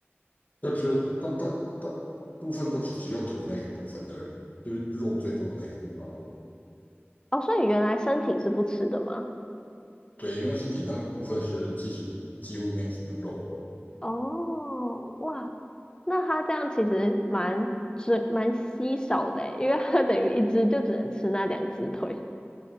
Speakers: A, on the left; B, on the left.
A: 那只有大大大部分都是只有腿那个部分而已，就是肉最多的那个地方而已。
B: 哦，所以原来身体是不吃的吗？
A: 对，因为身体那部分是其实几乎没有什么肉。
B: 哦，哇，那它这样其实蛮只蛮稀少的诶，因为它等于一只就只能吃那两只腿。